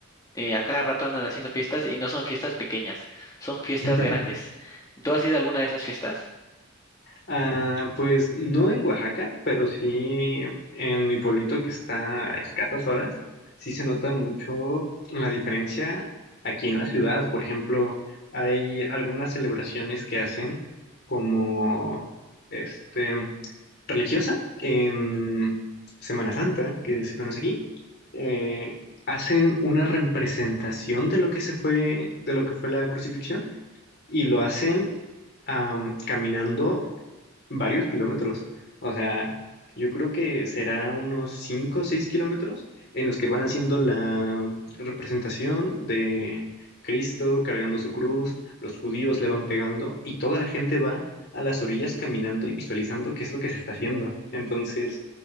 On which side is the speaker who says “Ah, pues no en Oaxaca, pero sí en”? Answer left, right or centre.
Left